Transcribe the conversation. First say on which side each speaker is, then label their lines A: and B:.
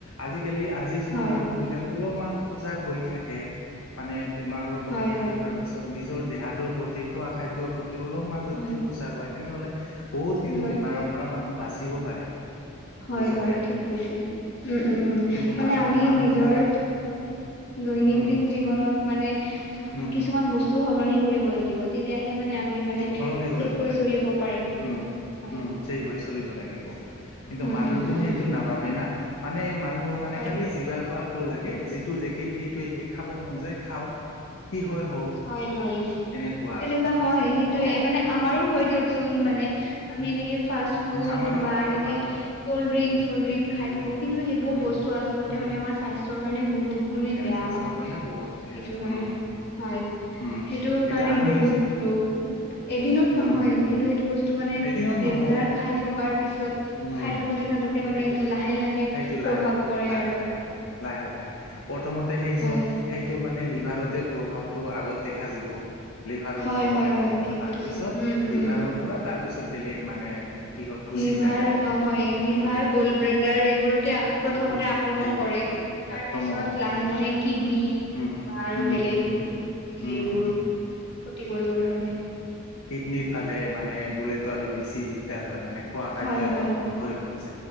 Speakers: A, on the left; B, on the left.
A: আজিকালি আজি যদি
B: হয়।
A: মানুহবিলাক অলপমান। সজাগ হৈ থাকে মানে বেমাৰৰ প্ৰতি
B: হয় হয়
A: তাৰ পিছত। নিজৰ দেহাটোৰ প্ৰতি খোৱা খাদ্যৰ প্ৰতি অলপমান যদি
B: হয়
A: সজাগ হয় তেনেহলে বহুত কিন্তু
B: হয়
A: বেমাৰৰ পৰা মানুহ বাচিব পাৰিব।
B: হয়
A: নিজকে
B: হয় ঠিক কৈছে উম উম উম
A: কিন্তু
B: মানে
A: মানুহ
B: আমি
A: মানুহবিলাক
B: নিজৰ।
A: উম।
B: দৈনন্দিন
A: উম
B: জীৱনত। মানে
A: উম
B: কিছুমান বস্তু সলনি কৰিব লাগিব তেতিয়াহে মানে আমি। মানে চেভ
A: সলনি কৰিব
B: হৈ
A: লাগিব
B: চলিব পাৰিম
A: উম
B: হয়
A: উম চেভ হৈ চলিব লাগিব কিন্তু
B: উম
A: মানুহটো
B: উম উম
A: সেইটো নাভাবে না মানে মানুহৰ মানে
B: হয়
A: খালি জিবাৰ সোৱাদ টো লাগে যিটো দেখিল সেইটোৱে সেই খাব মন যায় খাওঁ কি হয় হওক
B: হয় হয়
A: এনেকুৱা
B: তেনেকুৱা
A: আৰু
B: হয় সেইটোয়ে
A: অ
B: মানে আমাৰো হয় দিয়ক চোন
A: উম
B: মানে আমি
A: উম
B: এনেকে ফাৰ্ষ্ট ফুড
A: উম আমাৰো
B: বা
A: হয়
B: এনেকে
A: আমাৰো হয়
B: কলড্ৰিংছ
A: উম
B: চলল্ডিংক খাই
A: উম
B: থাকো কিন্তু সেইবোৰ
A: উম
B: বস্তু আচলতে
A: উম
B: আমাৰ মানে স্বাস্থ্য। স্বাস্থ্য কাৰণে বহুত গুণেই বেয়া
A: স্বাস্থ্যৰ
B: হয়
A: কাৰণে বহুত বেয়া
B: সেইটো কাৰণে
A: উম
B: হয়
A: উম
B: সেইটো
A: এতিয়া
B: কাৰণে
A: আমি
B: বহুত ৰোগ এদিনত নহয়
A: উম
B: কিন্তু সেইটো বস্তু। টো মানে
A: এদিনত
B: ৰেগুলাৰ
A: নহয়
B: খাই
A: সেইটো
B: থকাৰ পিছত
A: উম
B: খাই থাকোতে থাকোতে মানে
A: সেইটো
B: এইটো লাহে লাহে
A: সেইটো
B: প্ৰভাৱ
A: লাহে লাহে
B: পৰে
A: লাহে
B: আৰু
A: লাহে লাহে লাহে প্ৰথমতে সেইজ
B: হয়
A: সেইটো মানে লিভাৰতে প্ৰভাৱ। টো আগত দেখা যাব লিভাৰৰ
B: হয়
A: প্ৰব্লেম
B: হয় হয়
A: হ'ব
B: ঠিক
A: তাৰপিছত
B: কৈছে উম উম
A: লিভাৰ
B: উম
A: পৰা তাৰপিছত বেলেগ মানে কিহত গুচি
B: লিভাৰ
A: যায় আৰু
B: অ হয় লিভাৰ
A: উম
B: গল্ড ব্লাডাৰ এইবোৰতে প্ৰথমতে
A: উম
B: আ আক্ৰমণ
A: এইবোৰতে
B: কৰে তাৰ
A: আক্ৰমণ
B: পিছত
A: কৰে
B: লাহে লাহে কিডনী
A: উম
B: বা আৰু
A: উম
B: বেলেগ। হেৰি
A: উম
B: বোৰ ক্ষতি কৰিব ধৰে।
A: কিডনিৰ ফালে মানে গলেতো আৰু বেছি দিগদাৰ হয় মানে খোৱা খাদ্য
B: হয়
A: একদম
B: হয়
A: বন্ধই হৈ যায়।